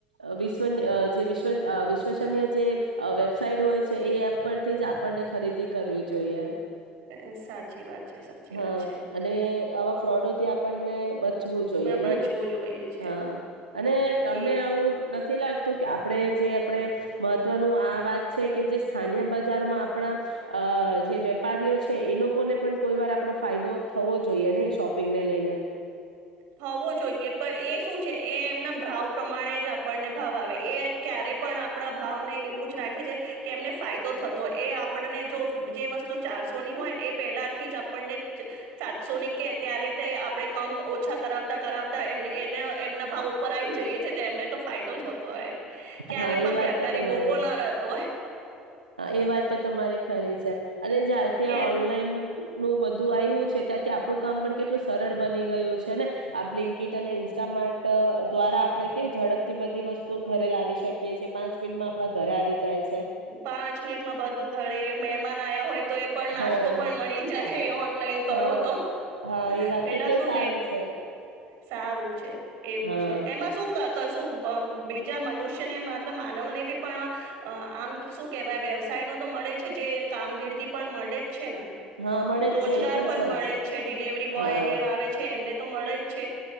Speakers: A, on the right; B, on the right.
A: અહ વિશ તો ન અહ વિશ્વ અહ વિશ્વસનીય જે અહ વબસાઈટ હોય છે એ એપ પરથી જ આપણને ખરીદી કરવી જોઈએ.
B: અહ સાચી વાત છે, સાચી
A: હા
B: વાત છે.
A: અને આવા ફ્રોડોથી આપણને બ પૂછવું જોઈએ
B: બચવું
A: નહી
B: જોઈએ છે
A: હા અને તમને
B: એ
A: આવું નથી લાગ તો કે આપણે કે જે આપણે મહત્વનું આ વાત છે કે જે સ્થાનિય બજારોમાં આપણા અહ જે વેપારીઓ છે એ લોકોને પણ કોઈ વાર આપણો ફાયદો થવો જોઈએ નહીં શોપિંગને લઈને.
B: થવો જોઈએ પણ એ શું છે એ એમના બ્રાહ્વ પ્રમાણે જે આપણને ભાવ આવે એટ ક્યારે પણ આપણા ભાવને એવું જ રાખે છે કે એમને ફાયદો થતોય એ આપણને જો જે વસ્તુ ચારસો ની હોય ને એ પેલા થી જ આપણને ચ સાતસો ની કે ત્યારે તે આપણે કમ ઓછા કરાવતા કરાવતા એમ એને એમના ભાવ ઉપર આવી જઈએ છે તો એમને તો ફાયદો જ હોતો હોય. ક્યારે
A: હા
B: પણ
A: એ વાત
B: વેપારી
A: તો તમારે
B: બોકો ના રહેતો હોય.
A: હા એ વાત તો તમારી ખરી છે અને જ્યારથી
B: કે
A: આ ઓનલાઈન નું બધું આવ્યું છે ત્યાં તો આપણું કામ પણ કેટલું સરળ બની ગયું છે ને આ બ્લિંક કીટ અને ઇન્સ્ટામાર્ટ અહ દ્વારા આપડે કેવી ઝડપથી બધી વસ્તુઓ ઘરે લાવી શકીએ છીએ. પાંચ મિનિટમાં આપણા ઘરે આવી જાય છે.
B: પાંચ મિનિટમાં બધું ઘરે મહેમાન આયા હોય તો એ પણ નાસ્તો
A: હા
B: પણ મળી જાય ઓનલાઈન કરો
A: હા
B: તો
A: હા એ વાત
B: પેલા
A: એટલે
B: શું
A: સારું
B: લે
A: છે
B: સારું છે. એવું
A: હા
B: છે એમાં શું ક કલશું? બીજા મનુષ્યને મતલબ માનવને બ પણ, આમ શું કેહેવાય વ્યવસાય નો તો મળે જ જે કામગિર્દી પણ મળે જ છે ને.
A: હા મળે જ
B: રોજગાર
A: છે એ તો
B: પણ
A: છે
B: મળે
A: જ
B: છે ડિલવરી બોય
A: હા
B: એ આવે છે એમને તો મળે જ છે.